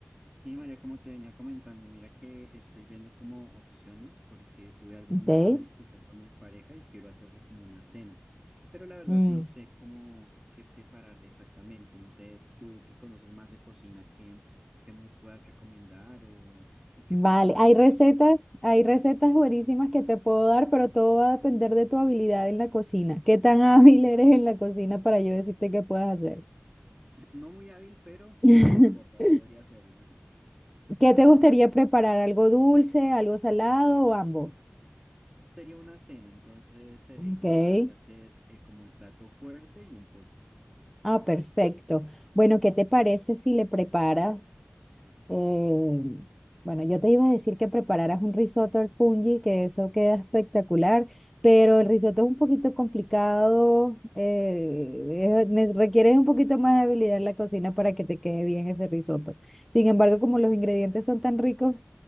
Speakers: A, on the right; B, in the centre.
A: Sí, María, como te venía comentando, mira que estoy viendo como opciones porque tuve alguna
B: Ok.
A: una discusión con mi pareja y quiero hacerle como una cena, pero la verdad
B: Mm,
A: no sé cómo qué prepararle exactamente, no sé tú que conoces más de cocina, qué, qué me puedas recomendar o, o qué
B: vale,
A: platillo
B: hay
A: sería
B: recetas,
A: así como medio.
B: hay recetas buenísimas que te puedo dar, pero todo va a depender de tu habilidad en la cocina. ¿Qué tan <laughs> hábil eres en la cocina para yo decirte qué puedes hacer?
A: <laughs> No muy hábil, pero
B: <laughs>
A: no importa, podría hacerlo. <laughs>
B: ¿Qué te gustaría preparar? ¿Algo dulce, algo salado o ambos?
A: Sería una cena, entonces sería
B: Ok.
A: interesante hacer eh, como el plato fuerte y un postre.
B: Ah, perfecto. Bueno, ¿qué te parece si le preparas? Eh, bueno, yo te iba a decir que prepararas un risotto al fungi, que eso queda espectacular, pero el risotto es un poquito complicado, eh, es- nes- requiere un poquito más de habilidad en la cocina para que te quede bien ese risotto. Sin embargo, como los ingredientes son tan ricos,